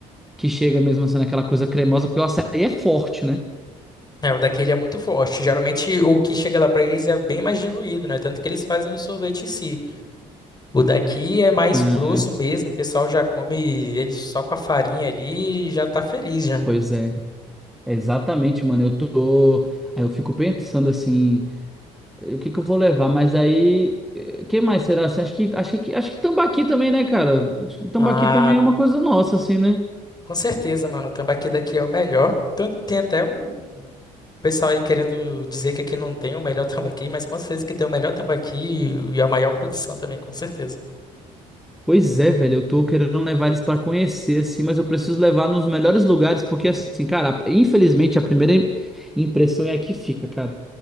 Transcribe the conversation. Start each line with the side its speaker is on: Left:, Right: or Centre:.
Centre: que chega mesmo sendo aquela coisa cremosa, porque o açaí é forte, né?
Left: É, o daqui ele é muito forte. Geralmente o que chega lá pra eles é bem mais diluído, né? Tanto que eles fazem o sorvete em si. O daqui é mais
Centre: É.
Left: grosso mesmo, o pessoal já come ele só com a farinha ali e já tá feliz já.
Centre: Pois é, exatamente, mano. Eu tô. Aí eu fico pensando assim, o que que eu vou levar? Mas aí, eh, quem mais será? Assim, acho que, acho que, acho que tambaqui também, né, cara? Acho que Tambaqui
Left: Ah,
Centre: também é uma coisa nossa, assim, né?
Left: Com certeza, mano. O tambaqui daqui é o melhor. Então, tem até um pessoal aí querendo dizer que aqui não tem o melhor tambaqui, mas com certeza que tem o melhor tambaqui e e a maior produção também, com certeza.
Centre: Pois é, velho, eu tô querendo levar eles pra conhecer, assim, mas eu preciso levar nos melhores lugares, porque, assim, cara, infelizmente a primeira im- impressão é a que fica, cara.